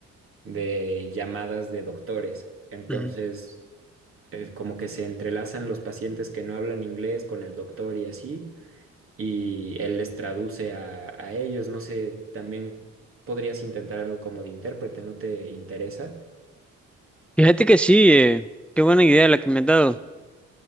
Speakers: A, on the right (about 45°); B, in the centre.
A: de llamadas de doctores. Entonces,
B: ujú.
A: es como que se entrelazan los pacientes que no hablan inglés con el doctor y así, y él les traduce a, a ellos. No sé, también podrías intentar algo como de intérprete, ¿no te interesa?
B: Fíjate que sí, eh, qué buena idea la que me has dado,